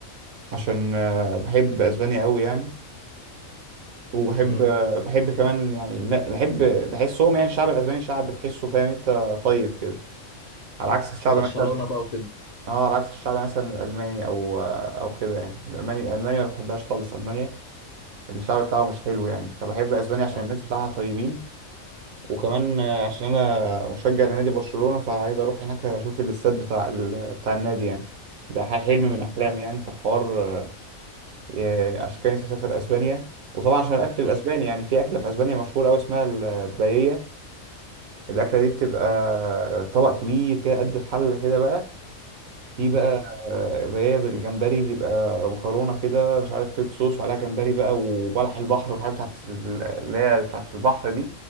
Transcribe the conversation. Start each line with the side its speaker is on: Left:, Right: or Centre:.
Right: عشان آه، بحب اسبانيا قوي يعني وبحب
Left: مم.
Right: آه، بحب كمان يعني لا، بحب بحسهم يعني الشعب الاسباني شعب بتحسه فاهم انت طيب كده على عكس الشعب
Left: برشلونة
Right: مثلا
Left: بقى وكده
Right: اه على عكس الشعب مثلا الالماني او آه، او كده يعني الالماني الالماني ما بحبهاش خالص المانيا الشعب بتاعه مش حلو يعني فبحب اسبانيا عشان
Left: آه.
Right: الناس بتاعها طيبين وكمان آه، عشان انا مشجع لنادي برشلونة فعايز اروح هناك اشوف الاستاد بتاع ال... بتاع النادي يعني ده حلم
Left: مم.
Right: من احلامي يعني في الحوار آه، يعني عشان كده نفسي اسافر اسبانيا وطبعا عشان الاكل الاسباني
Left: مم.
Right: يعني في اكله في اسبانيا مشهوره قوي اسمها الباييه الاكله دي بتبقى طبق كبير كده قد الحله كده بقى في بقى
Left: مم.
Right: بقى بالجمبري بيبقى مكرونة كده مش عارف ريد صوص وعليها جمبري بقى وبلح البحر والحاجات بتاعت ال- اللي هي بتاعت البحر دي